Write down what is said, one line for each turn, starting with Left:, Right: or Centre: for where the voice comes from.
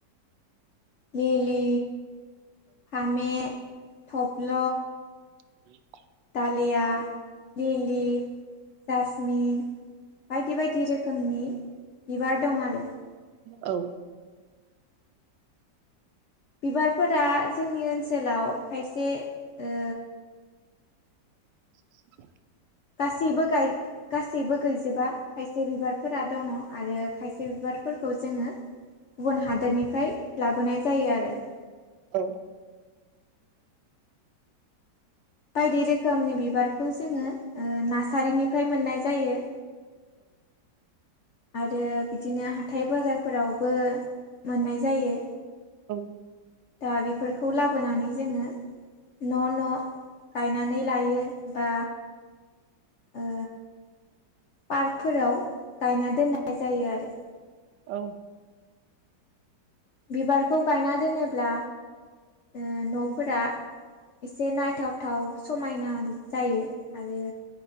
Left: लिलि, फामे, थब्ल
Right: <inaudible>
Left: दालिया, लिलि जासमिन बायदि बायदि रोखोमनि बिबार दं आरो ।
Right: औ
Left: बिबारफोरा जोंनि ओनसोलाव खायसे ओ
Right: <inaudible>
Left: गासैबो गाय गासैबो गैजोबा खायसे बिबारफोरा दङ आरो खायसे बिबार फोरखौ जोङो गुबुन हादोरनिफ्राय लाबोनाय जायो आरो ।
Right: औ
Left: बायदि रोखोमनि बिबारखौ जोङो ओ नार्सारिनि फ्राय मोननाय जायो। आरो बिदिनो हाथाय बाजारफोरावबो मोननाय जायो।
Right: औ
Left: दा बेफोरखौ लाबोनानै जोङो न' न' गायनानै लायो बा ओ पार्कफोराव गायना दोननाय जायो आरो।
Right: औ।
Left: बिबारखौ गायना दोनोब्ला ओ न'फोरा एसे नायथावथाव समायना जायो आरो